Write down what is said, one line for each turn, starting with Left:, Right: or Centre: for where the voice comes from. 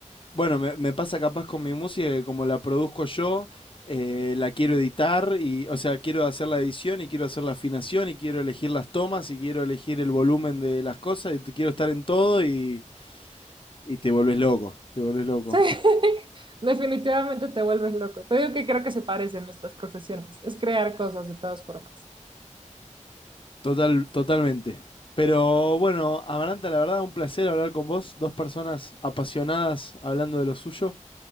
Left: Bueno, me, me pasa capaz con mi música que como la produzco yo, eh, la quiero editar y, o sea, quiero hacer la edición y quiero hacer la afinación y quiero elegir las tomas y quiero elegir el volumen de las cosas y te- quiero estar en todo y, y te volvés loco, te volvés loco.
Right: sí, <laughs> definitivamente te vuelves loco. Te digo que creo que se parecen nuestras profesiones. Es crear cosas de todas formas.
Left: Total, totalmente. Pero bueno, Amaranta, la verdad, un placer hablar con vos, dos personas apasionadas hablando de lo suyo.